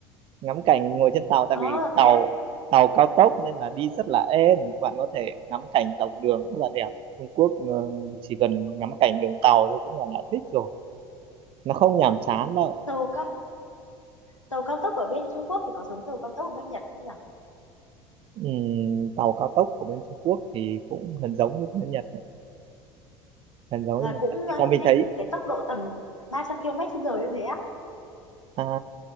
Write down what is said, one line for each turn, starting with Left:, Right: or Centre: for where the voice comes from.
Right: ngắm cảnh ngồi trên tàu tại
Left: ờ
Right: vì tàu
Left: thế á
Right: tàu cao tốc nên là đi rất là êm bạn có thể ngắm cảnh dọc đường rất là đẹp Trung Quốc ờ, chỉ cần ngắm cảnh đường tàu thôi cũng là đã thích rồi nó không nhàm chán đâu
Left: tàu cao tàu cao tốc ở bên Trung Quốc thì có giống tàu cao tốc ở bên Nhật không nhỉ
Right: Ừm, tàu cao tốc của bên Trung Quốc thì cũng gần giống như của bên Nhật hình giống
Left: là
Right: như một
Left: cũng
Right: Nhật nhưng
Left: ờ,
Right: mà
Left: nhanh
Right: mình thấy
Left: cái tốc độ tầm 300 km trên giờ như thế á
Right: à,